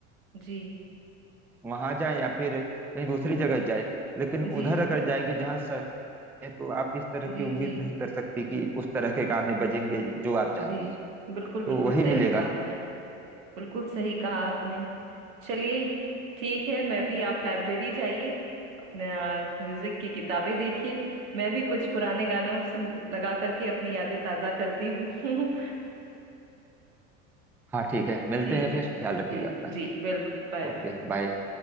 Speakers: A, on the right; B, in the centre.
A: जी
B: वहां जाए या फिर कहीं दूसरी जगह जाए लेकिन
A: जी
B: उधर अगर जाएंगे जहाँ सर है तो आप इस तरह
A: जी
B: की उम्मीद
A: जी
B: नहीं कर सकती कि उस तरह के गाने बजेंगे जो आप
A: जी
B: चाहती हैं
A: बिल्कुल बिल्कुल
B: तो वही
A: सही
B: मिलेगा
A: कहा आपने बिल्कुल सही कहा आपने चलिए ठीक है मैं भी आप लाइब्रेरी जाइए अपने म्यूजिक की किताबें देखिए मैं भी कुछ पुराने गानों सुन लगा करके अपनी यादें ताजा करती हूँ <laughs>
B: हाँ ठीक है मिलते
A: ठीक
B: हैं फिर
A: है
B: ख्याल रखिएगा
A: जी
B: अपना
A: जी बिल्कुल Bye bye
B: Okay bye